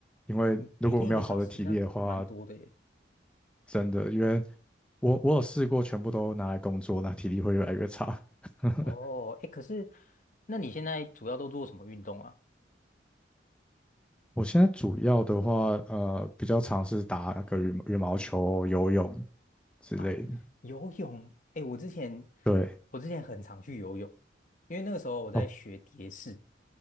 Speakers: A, in the centre; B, on the left.
A: 因为如果我没有好的体力的话，
B: 嗯每天一个小时那蛮多的耶。
A: 真的，因为我我有试过全部都拿来工作，那体力会越来越差。<laughs>
B: 哦，哎，可是那你现在主要都做什么运动啊？
A: 我现在主要的话，呃，比较尝试打个羽毛羽毛球、游泳之类的。
B: 哦，游泳。哎，我之前
A: 对，
B: 我之前很常去游泳，因为那个时候我在学蝶式。
A: 哦，